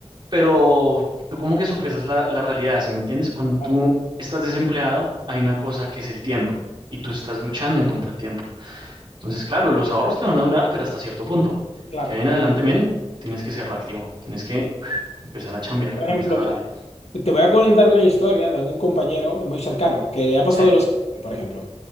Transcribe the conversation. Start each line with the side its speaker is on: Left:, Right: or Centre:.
Right: pero tú como que sopesas la, la realidad, ¿sí me entiendes? Cuando
Left: claro,
Right: tú estás desempleado, hay una cosa que es el tiempo y tú estás luchando en contra del tiempo. Entonces, claro, los ahorros te van a durar, pero hasta cierto punto.
Left: claro.
Right: Ya en adelante, men, tienes que ser reactivo, tienes que <clears throat> empezar a chambear,
Left: Por ejemplo,
Right: empezar a
Left: mira,
Right: darle.
Left: te voy a contar una historia de un compañero muy cercano que le ha pasado
Right: Sí,
Left: lo siguiente, por ejemplo.